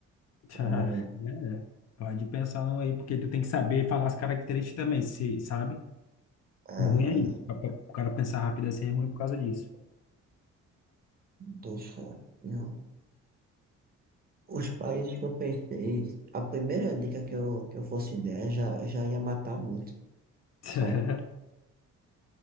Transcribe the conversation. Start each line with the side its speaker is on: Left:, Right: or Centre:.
Left: <laughs>
Right: Ai,
Left: É, pode pensar num aí, porque tu tem que saber falar as características também, se, sabe?
Right: ah,
Left: O ruim é
Right: ah,
Left: isso. pra- pra- O cara pensar rápido assim é ruim por causa disso.
Right: deixa eu. Os países que eu pensei, a primeira dica que eu, que eu fosse der já, já ia matar muito,
Left: <laughs>
Right: sabe?